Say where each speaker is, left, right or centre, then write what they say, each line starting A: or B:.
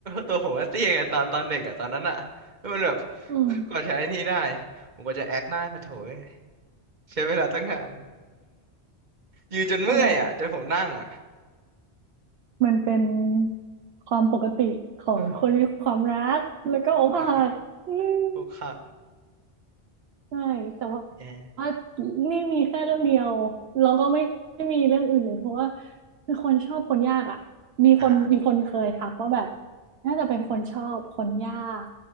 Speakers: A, on the right (about 45°); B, on the right (about 65°).
A: ตัวผมก็เตี้ยไงตอนตอนเด็กอ่ะตอนนั้นอ่ะแล้วมันแบบ
B: อืม
A: กว่าจะไอ้นี่ได้ผมก็จะแอคหน้ามาโถยใช้เวลาตั้งนาน <laughs> ยืนจนเมื่อยอ่ะจนผมนั่งอ่ะ
B: เอาแน่มันเป็นความปกติของคนมีความรักแล้วก็อกหักอืม
A: <sighs> เออเนาะ พวกครับ
B: ใช่แต่ว่า
A: แย่
B: ว่านี่มีแค่เรื่องเดียวแล้วก็ไม่ไม่มีเรื่องอื่นเลยเพราะว่าคือคนชอบคนยากอ่ะมีคนมีคนเคยทักว่าแบบ
A: อ่า
B: น่าจะเป็นคนชอบคนยาก